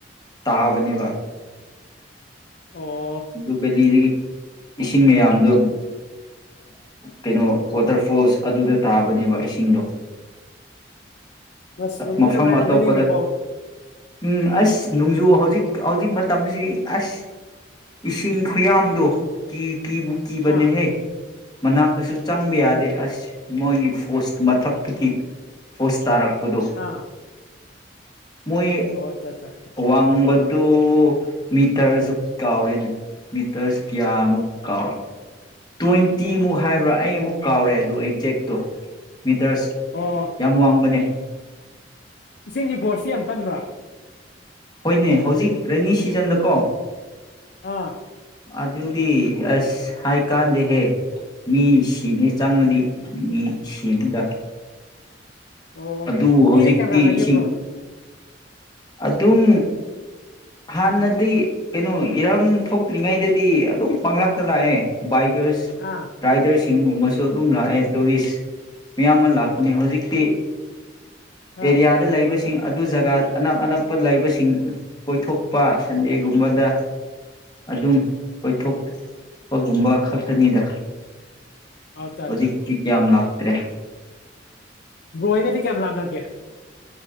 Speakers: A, on the left; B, on the left.
A: ꯇꯥꯕꯅꯦꯕ ꯑꯗꯨ
B: ꯑꯣ
A: ꯑꯗꯨꯗꯨꯕꯂꯤꯒꯤ ꯏꯁꯤꯡ ꯃꯌꯥꯝꯗꯣ ꯀꯩꯅꯣ ꯋꯥꯇꯔꯐꯣꯜꯁ ꯑꯗꯨꯗ ꯇꯥꯕꯅꯦꯕ ꯏꯁꯤꯡꯗꯣ
B: ꯁ ꯅꯨꯡꯗꯤ
A: ꯃꯐꯝ
B: ꯅꯨꯡꯉꯥꯏꯔꯝꯒꯅꯤꯅꯦꯀꯣ
A: ꯑꯇꯣꯞꯄꯗ ꯎꯝ ꯑꯁ ꯅꯣꯡꯖꯨ ꯍꯧꯖꯤꯛ ꯍꯧꯖꯤꯛ ꯃꯇꯝꯁꯤꯗꯤ ꯑꯁ ꯏꯁꯤꯡ ꯈꯨꯌꯥꯝꯗꯨꯣ ꯀꯤ ꯀꯕꯨꯀꯤ
B: ꯑꯥ
A: ꯅꯦ ꯍ ꯃꯅꯥꯛꯇꯁꯨ ꯆꯪꯕ ꯌꯥꯗꯦ ꯑꯁ ꯃꯣꯏꯒꯤ ꯐꯣꯁ ꯃꯊꯛꯇꯒꯤ ꯐꯣꯁ ꯇꯥꯔꯛ ꯀꯗꯣ
B: ꯑꯥ
A: ꯃꯣꯏꯣꯏ
B: ꯑꯣ ꯑꯠꯆꯥ ꯑꯠꯆꯥ
A: ꯋꯥꯕ ꯑꯗꯨ ꯃꯤꯇꯔꯁꯨ ꯀꯥꯎꯔꯤꯅꯦ ꯃꯤꯇꯔꯁꯨ ꯀꯌꯥꯃꯨꯛ ꯀꯥꯎ ꯇ꯭ꯋꯦꯟꯇꯤꯃꯨꯛ ꯍꯥꯏꯕ꯭ꯔꯥ ꯑꯩ ꯑꯃꯨꯛ ꯀꯥꯎꯔꯦ ꯑꯗꯨ ꯑꯦꯛꯖꯦꯛꯇꯣ ꯃꯤꯇꯔꯁ
B: ꯑꯣ
A: ꯌꯥꯝ ꯋꯥꯡꯕꯅꯦ
B: ꯏꯁꯤꯡꯒꯤ ꯐꯣꯔꯁꯁꯤ ꯌꯥꯝ ꯀꯟꯕ꯭ꯔꯥ
A: ꯍꯣꯏꯅꯦ ꯍꯧꯖꯤꯛ ꯔꯦꯅꯤ ꯁꯤꯖꯟꯗꯀꯣ
B: ꯑꯥ
A: ꯑꯗꯨꯗꯤ ꯑꯁ ꯍꯥꯏꯀꯥꯟꯗꯦꯍꯦ ꯃꯤ ꯁꯤꯅꯤ ꯆꯪꯉꯗꯤ ꯃꯤ ꯁꯤꯅꯤꯗ
B: ꯑꯣ
A: ꯑꯗꯨ
B: ꯃꯤꯅꯦ
A: ꯍꯧꯖꯤꯛꯇꯤ
B: ꯀꯦꯃꯂꯥꯅꯒꯕꯔꯕꯣ
A: ꯏꯁꯤꯡ
B: ꯑꯗꯨ
A: ꯑꯗꯨꯝ ꯍꯥꯟꯅꯗꯤ ꯀꯩꯅꯣ ꯏꯔꯥꯡ ꯊꯣꯛꯇ꯭ꯔꯤꯉꯩꯗꯗꯤ ꯑꯗꯨꯝ ꯄꯪꯂꯇ ꯂꯥꯛꯑꯦ ꯕꯥꯏꯛ
B: ꯑꯥ
A: ꯔꯥꯏꯗꯔ ꯤꯡꯒꯨꯝꯕꯁꯨ ꯑꯗꯨꯝ ꯂꯥꯛꯑꯦ ꯇꯨꯔꯤꯁ ꯃꯌꯥꯝ ꯑꯃ ꯂꯥꯛꯄꯅꯤ ꯍꯧꯖꯤꯛꯇꯤ
B: ꯑꯥ
A: ꯑꯦꯔꯤꯌꯥꯗ ꯂꯩꯕꯁꯤꯡ ꯑꯗꯨ ꯖꯒꯥ ꯑꯅꯛ ꯑꯅꯛꯄ ꯂꯩꯕꯁꯤꯡ ꯀꯣꯏꯊꯣꯛꯄ ꯁꯟꯗꯦꯒꯨꯝꯕꯗ ꯑꯗꯨꯝ ꯀꯣꯏꯊꯣꯛꯄꯒꯨꯝꯕ ꯈꯛꯇꯅꯤꯗ
B: ꯑꯠꯆꯥ
A: ꯍꯧꯖꯤꯛ
B: ꯑꯠꯆꯥ
A: ꯀ ꯀꯌꯥ ꯌꯥꯝ ꯂꯥꯛ ꯇ꯭ꯔꯦ
B: ꯔꯣꯍꯤꯅꯗꯤ ꯀꯌꯥꯃ ꯂꯝ ꯂꯒꯌꯥ